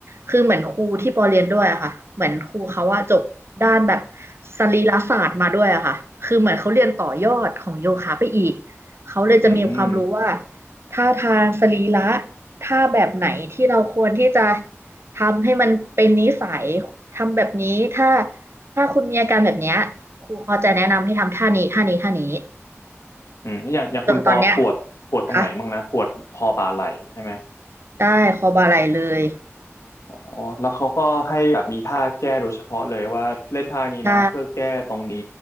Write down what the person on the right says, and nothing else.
คือเหมือนครูที่ปอเรียนด้วยอะค่ะเหมือนครูเขาว่าจบด้านแบบสรีรศาสตร์มาด้วยอะค่ะคือเหมือนเขาเรียนต่อยอดของโยคะไปอีกเขาเลยจะมีความรู้ว่า
ท่าทางสรีระท่าแบบไหนที่เราควรที่จะทำให้มันเป็นนิสัยทำแบบนี้ถ้าถ้าคุณมีอาการแบบเนี้ยครูเขาจะแนะนำให้ทำท่านี้ท่านี้ท่านี้
จนตอนเนี้ยค่ะได้คอบาไหล่เลย
ใช่